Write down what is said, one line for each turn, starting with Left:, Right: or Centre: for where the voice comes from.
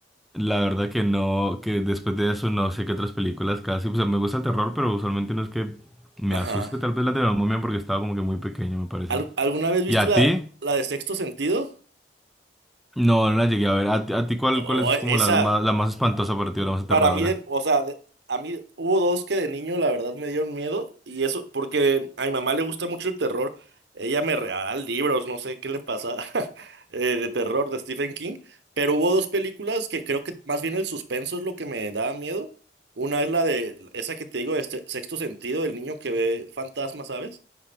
Centre: la verdad que no, que después de eso no sé qué otras películas casi. O sea, me gusta el terror, pero usualmente no es que me
Right: Ajá.
Centre: asuste. Tal vez la de la momia porque estaba como que muy pequeño, me parece.
Right: ¿Al- ¿Alguna vez viste
Centre: ¿Y a
Right: la,
Centre: ti?
Right: la de Sexto Sentido?
Centre: No, no la llegué a ver. ¿A ti, a ti cuál,
Right: Oh,
Centre: cuál es
Right: esa.
Centre: como la más, la más espantosa para ti o la más aterradora?
Right: Para mí, de- o sea, de- a mí hubo dos que de niño la verdad me dieron miedo y eso porque a mi mamá le gusta mucho el terror. Ella me regala libros, no sé qué le pasa <laughs> eh, de terror de Stephen King, pero hubo dos películas que creo que más bien el suspenso es lo que me daba miedo. Una es la de esa que te digo, este Sexto Sentido, del niño que ve fantasmas, ¿sabes?